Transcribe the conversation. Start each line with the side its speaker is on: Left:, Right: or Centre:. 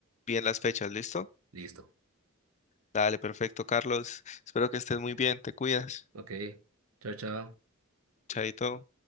Left: bien las fechas, ¿listo?
Right: Listo.
Left: Dale, perfecto, Carlos. Espero que estés muy bien, te cuidas.
Right: Ok, chao, chao.
Left: Chaito.